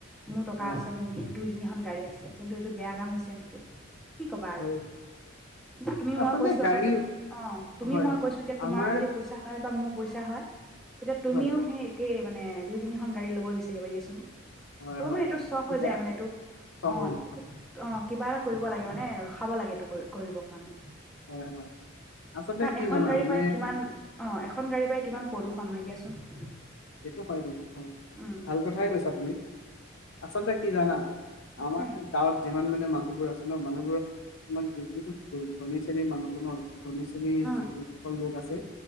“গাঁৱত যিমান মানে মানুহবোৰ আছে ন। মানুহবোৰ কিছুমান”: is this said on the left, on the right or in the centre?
Left